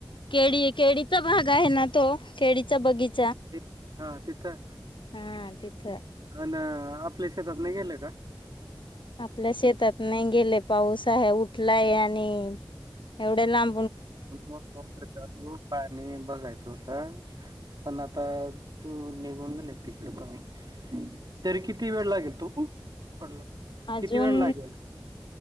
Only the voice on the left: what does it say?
केळी केळीच भाग आहे ना तो खळीचा बगीचा
हा तिथं
आपल्या शेतात नाही गेले पाऊस आहे उठलाय आणि एवढ्या लाब
अजून